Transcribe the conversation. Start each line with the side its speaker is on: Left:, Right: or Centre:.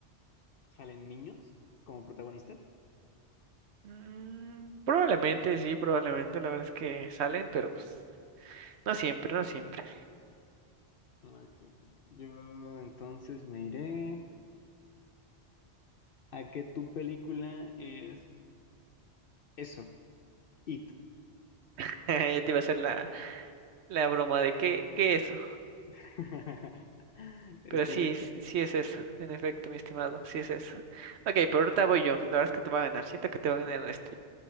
Left: salen niños como protagonistas?
Right: Mm, probablemente, sí, probablemente. La verdad es que salen, pero pues no siempre, no siempre.
Left: Ok, Yo entonces me iré a que tu película es eso, It.
Right: <laughs> Ya te iba a hacer la... La broma de qué, qué eso.
Left: <laughs> ¿Es
Right: Pero
Left: correcto?
Right: sí, s- sí es eso, en efecto, mi estimado, sí es eso. Ok, pero ahorita voy yo. La verdad es que te va a ganar. Siento que te va a ganar en esta.